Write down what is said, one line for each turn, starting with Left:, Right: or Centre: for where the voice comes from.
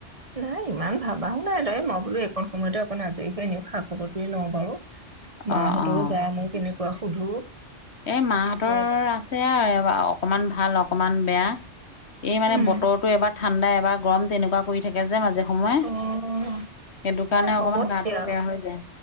Right: নাই ইমান ভাবাও নাই এনে মই বোলো এইকণ সময়তে অকণ আজৰি হৈ এনেও খা খবৰটোৱে লওঁ বাৰু।
Left: <inaudible>
Right: মাহঁতৰো
Left: অ
Right: গা মোৰ কেনেকুৱা সুধো।
Left: এ মাহঁতৰ
Right: সেই এটা কথা
Left: আছে আৰু অকমান ভাল অকমান বেয়া। এই মানে
Right: উম
Left: বতৰতো এবাৰ ঠাণ্ডা এবাৰ গৰম তেনেকুৱা কৰি থাকে যে মাজে সময়ে।
Right: অ অ অ।
Left: সেইটো কাৰণে
Right: হ'ব
Left: অকমান গাটো
Right: এতিয়া
Left: বেয়া হৈ যায়।